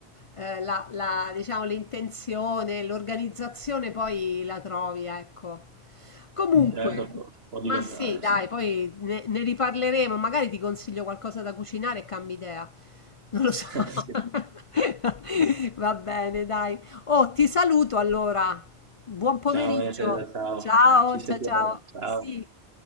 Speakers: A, on the left; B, on the right.
A: eh, la, la, diciamo, l'intenzione, l'organizzazione poi la trovi, ecco. Comunque,
B: Certo, può, può
A: Ma
B: diventare,
A: sì, dai,
B: sì.
A: poi ne, ne riparleremo. Magari ti consiglio qualcosa da cucinare e cambi idea. Non lo so.
B: <laughs>
A: <laughs>
B: Sì.
A: Va bene, dai. Oh, ti saluto allora. Buon pomeriggio.
B: Ciao, Ete, ciao.
A: Ciao,
B: Ci sentiamo.
A: ciao, ciao.
B: Ciao.
A: Sì.